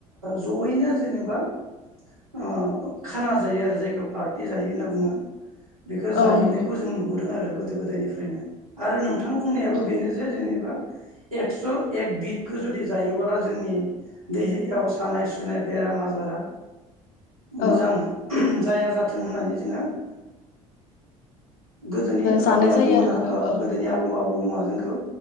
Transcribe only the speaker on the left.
औ
नंगौ
औ
औ
जानाय
जायो आरो बेखौ औ